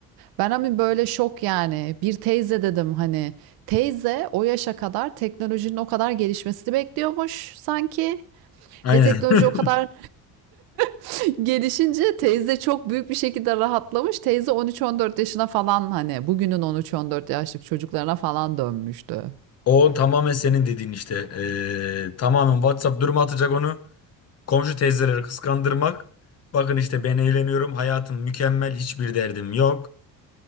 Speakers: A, on the right (about 80°); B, on the left (about 45°).
A: Ben hani böyle şok yani. Bir teyze dedim hani. Teyze o yaşa kadar teknolojinin o kadar gelişmesini bekliyormuş sanki.
B: Aynen.
A: Ve teknoloji
B: <laughs>
A: o kadar <laughs> gelişince teyze çok büyük bir şekilde rahatlamış. Teyze 13-14 yaşına falan hani bugünün 13-14 yaşlık çocuklarına falan dönmüştü.
B: O tamamen senin dediğin işte. Ee, tamamen WhatsApp durumu atacak onu. Komşu teyzeleri kıskandırmak. Bakın işte ben eğleniyorum. Hayatım mükemmel. Hiçbir derdim yok.